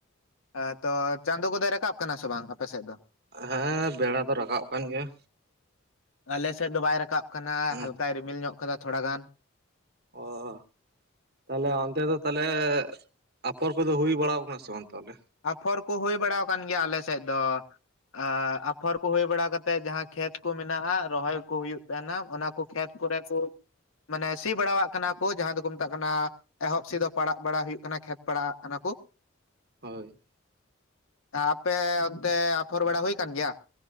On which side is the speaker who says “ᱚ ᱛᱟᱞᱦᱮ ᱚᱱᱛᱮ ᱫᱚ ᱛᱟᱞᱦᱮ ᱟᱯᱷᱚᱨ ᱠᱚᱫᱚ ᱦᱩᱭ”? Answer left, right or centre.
Right